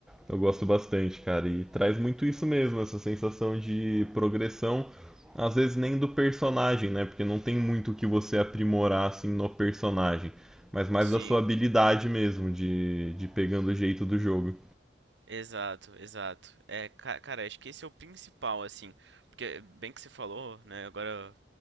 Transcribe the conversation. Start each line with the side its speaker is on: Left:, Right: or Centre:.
Centre: Eu gosto bastante, cara, e traz muito isso mesmo, essa sensação de progressão, às vezes nem do personagem, né? Porque não tem muito o que você aprimorar assim no personagem, mas mais
Right: sim.
Centre: da sua habilidade mesmo, de, de pegando o jeito do jogo.
Right: Exato, exato. É, ca- cara, acho que esse é o principal, assim. Porque, bem que você falou, né? Agora